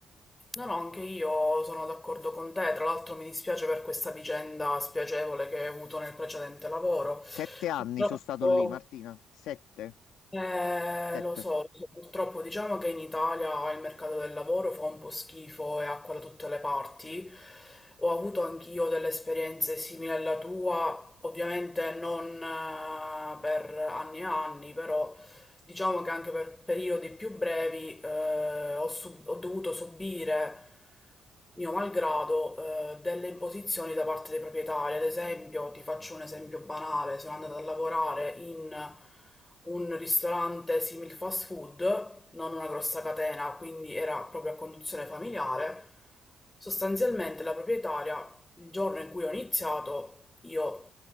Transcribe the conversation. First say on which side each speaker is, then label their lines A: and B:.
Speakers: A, on the left; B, on the left.
A: No, no, anche io sono d'accordo con te. Tra l'altro mi dispiace per questa vicenda spiacevole che hai avuto nel precedente lavoro.
B: Sette anni
A: Purtroppo...
B: sono stato lì, Martina, sette,
A: Eh,
B: sette.
A: lo so, lo so. purtroppo diciamo che in Italia il mercato del lavoro fa un po' schifo e acqua da tutte le parti. Ho avuto anch'io delle esperienze simili alla tua, ovviamente non eh, per anni e anni, però Diciamo che anche per periodi più brevi eh, ho, sub- ho dovuto subire, mio malgrado, eh, delle imposizioni da parte dei proprietari. Ad esempio, ti faccio un esempio banale, sono andata a lavorare in un ristorante simil fast food, non una grossa catena, quindi era proprio a conduzione familiare. Sostanzialmente la proprietaria il giorno in cui ho iniziato, io